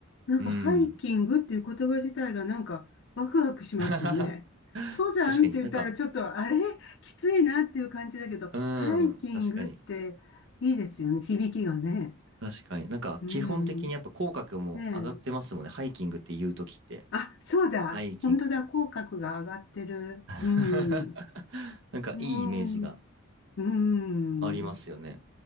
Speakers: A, on the left (about 55°); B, on the right (about 60°).
A: なんかハイキングっていう言葉自体がなんかワクワクしますよね。
B: うん。<laughs> 確
A: 登山って言ったらちょっとあれ
B: かになんか、
A: <laughs> きついなっていう感じだけど、
B: う
A: ハイキングっていいですよね。
B: ん、確かに。
A: 響きがね。
B: 確かに。なんか基本的にやっぱ口角も上がってますもんね、
A: うん。ねえ。
B: ハイキングって言うときって。
A: あ、そうだ。
B: ハイキング。
A: 本当だ。口角が上がってる。
B: <laughs>
A: うん。
B: なんかいいイメージが。
A: うん。う
B: ありますよね。
A: ん。